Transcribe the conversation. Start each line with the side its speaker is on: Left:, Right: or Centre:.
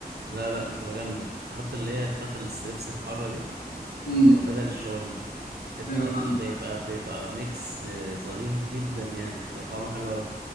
Right: لا لا بتبقى جامدة يحط اللي هي فراخ الاستريبس الحارة دي
Left: امم
Right: آه بدل الشاورما بتبقى
Left: ايوه فاهمك
Right: ال- بيبقى بيبقى ميكس آه ظريف جدا يعني بتبقى طعمه حلو أوي